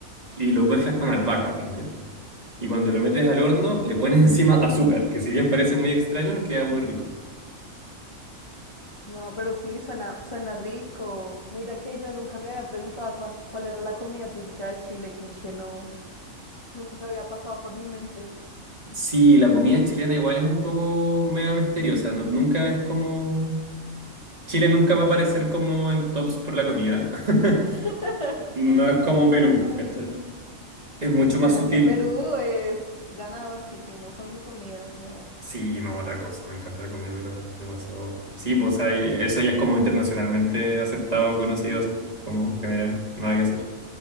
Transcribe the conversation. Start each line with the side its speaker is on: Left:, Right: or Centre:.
Right: Y lo mezclas con albahaca también. Y cuando lo metes al horno, le pones <laughs> encima azúcar, que si bien parece muy extraño, queda muy rico.
Left: No, pero sí, suena, suena rico. Mira que yo nunca me había preguntado cuán- cuál era la comida típica de Chile, como que no, nunca había pasado por mi mente.
Right: Sí, la comida chilena igual es un poco medio misteriosa, no- nunca es como... Chile nunca va a aparecer como en tops por la comida. <laughs>
Left: <laughs>
Right: No es como Perú,
Left: Claro.
Right: ¿cachai? Es mucho
Left: Bueno,
Right: más sutil.
Left: es que Perú es ganadorcísimo con su comida, o sea,
Right: Sí, no, otra cosa, me encanta la comida peruana, es demasiado... Sí, pues o sea, y- eso ya es como internacionalmente aceptado, conocido, así como general, nada que hacer.